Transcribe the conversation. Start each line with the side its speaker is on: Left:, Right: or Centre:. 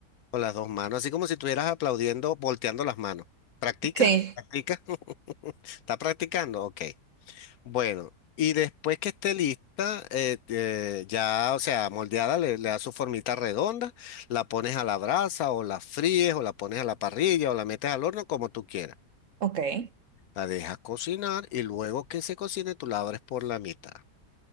Left: Con las dos manos, así como si estuvieras aplaudiendo, volteando las manos. ¿Practica?
Right: Sí.
Left: ¿Practica? <laughs> ¿Está practicando? Ok. Bueno, y después que esté lista, eh, eh, ya, o sea, moldeada, le, le das su formita redonda, la pones a la brasa o la fríes o la pones a la parrilla o la metes al horno como tú quieras.
Right: Ok. Ahí
Left: La dejas cocinar y luego que se cocine, tú la abres por la mitad.